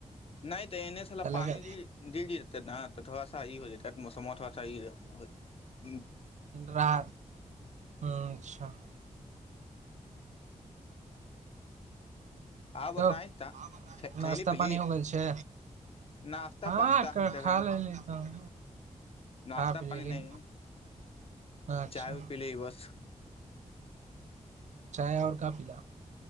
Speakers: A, on the left (about 45°); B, on the right (about 65°).
A: नहि एने साला
B: तऽ
A: पानी
B: लगे
A: डी डी जेते न त थोड़ा सा ई हो जेते मौसमवा थोड़ा सा ई हो <inaudible>
B: रा ह अच्छा
A: आउ
B: तब
A: बताई तऽ थैली
B: नाश्ता
A: पीली
B: पानि हो गेल छै
A: नाश्ता
B: हँ
A: पानी तऽ अहीं तरह
B: खा लेली तऽ
A: नाश्ता
B: खा पी
A: पानी
B: लेली
A: नहि
B: अच्छा
A: चाय भी पीली बस
B: चाय आर का पिल